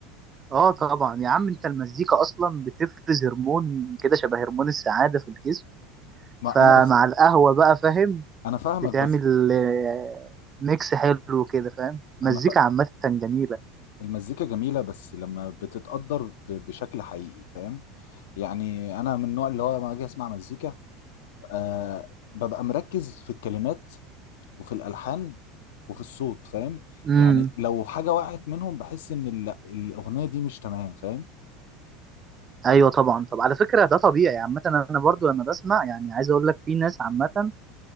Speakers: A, on the right (about 30°); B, on the left (about 65°).
A: اه طبعا يا عم انت المزيكا اصلا بتفرز هرمون كده شبه هرمون السعاده في الجسم
B: ما
A: فمع
B: انا بس
A: القهوه بقى فاهم
B: انا فاهمك
A: بتعمل
B: بس
A: آه، ميكس حلو كده فاهم مزيكا
B: انا ف...
A: عامه جميله
B: المزيكا جميلة بس لما بتتقدر ب... بشكل حقيقي فاهم يعني انا من النوع اللي هو لما اجي اسمع مزيكا آه ببقى مركز في الكلمات وفي الالحان وفي الصوت فاهم
A: امم
B: يعني لو حاجه وقعت منهم بحس ان ال- الاغنيه دي مش تمام فاهم
A: ايوه طبعا طب على فكره ده طبيعي عامه انا برضو لما بسمع يعني عايز اقول لك في ناس عامه